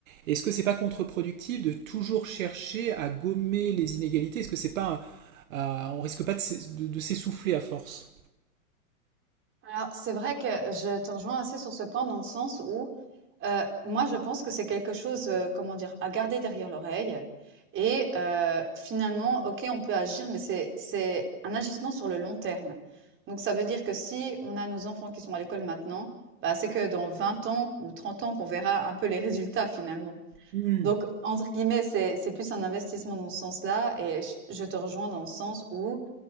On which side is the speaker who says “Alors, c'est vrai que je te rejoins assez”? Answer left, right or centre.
Right